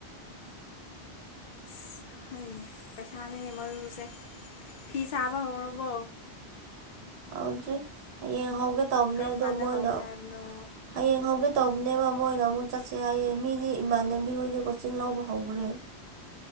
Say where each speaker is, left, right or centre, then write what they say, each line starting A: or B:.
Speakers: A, on the left (about 55°); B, on the right (about 75°).
A: ꯑꯁ ꯍꯣꯏꯅꯦ ꯄꯩꯁꯥꯅꯤꯅꯦ ꯃꯔꯨꯁꯦ ꯐꯤ ꯁꯥꯕ ꯍꯧꯔꯕꯣ
B: ꯍꯧꯗ꯭ꯔꯤ ꯍꯌꯦꯡ ꯍꯧꯒꯦ ꯇꯧꯕꯅꯦ
A: ꯀꯔꯝ
B: ꯑꯗꯣ
A: ꯀꯥꯟꯗ
B: ꯃꯣꯏꯅ
A: ꯍꯧꯒꯦ ꯍꯥꯏꯕꯅꯣ
B: ꯍꯌꯦꯡ ꯍꯧꯒꯦ ꯇꯧꯕꯅꯦꯕ ꯃꯣꯏꯅ ꯑꯃꯨꯛ ꯆꯠꯁꯦ ꯍꯥꯏꯌꯦ ꯃꯤꯗꯤ ꯏꯃꯥꯟꯅꯕꯤ ꯍꯣꯏꯗꯤ ꯀꯣꯆꯤꯡ ꯂꯧꯕ ꯍꯧꯈꯔꯦ